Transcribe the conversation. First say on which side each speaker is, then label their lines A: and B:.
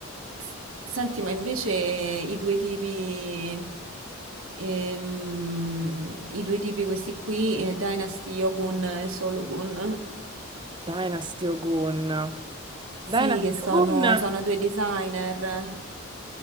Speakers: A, on the right; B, on the right.
A: s- senti, ma invece i due tipi... Ehm, i due tipi questi qui, eh, Dynasty Yogun e Sologun,
B: Dynasty Ogun.
A: sì,
B: Dynasty
A: che sono,
B: Ogun?
A: sono due designer.